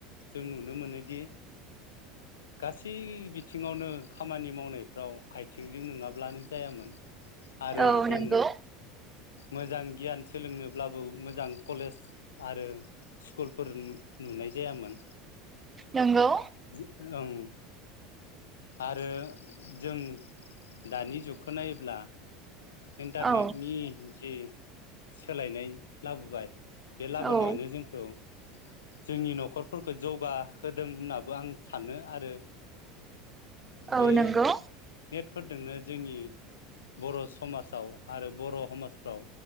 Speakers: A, on the left; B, on the right.
A: जों नुनो मोनोदि गासै बिथिङावनो खामानि मावनायफ्राव आइथिंजों नोङाब्लानो जायामोन आरो
B: औ
A: जों
B: नंगौ
A: मोजां गियान सोलोंनोब्लाबो मोजां कलेज आरो स्कुलफोर नु नुनाय जायामोन
B: नंगौ
A: जो ओं आरो जों दानि जुगखो नायोब्ला इन्टारनेटनि
B: औ
A: जि सोलायनाय लाबोबाय बे लाबोनायानो
B: औ
A: जोंखौ जोंनि न'खरफोरखौ जौगाहोदों होननाबो आं सानो आरो
B: औ
A: बे
B: नंगौ
A: फोरदोंनो जोंनि बर' समा साव आरो बर' हमाजफ्राव